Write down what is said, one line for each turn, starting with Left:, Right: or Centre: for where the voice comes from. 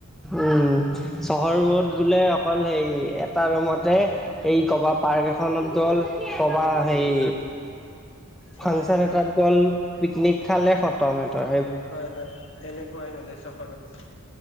Centre: উম, চহৰবত বোলে অকল হে এটা ৰুমতে এই কবা পাৰ্ক এখনত গ'ল, কবা হেৰি ফাংচন
Left: হয়
Centre: এটাত গ'ল, পিকনিক খালে খতম হেতৰ।
Left: হয় হয়, তেনেকুৱাই মানে চহৰত।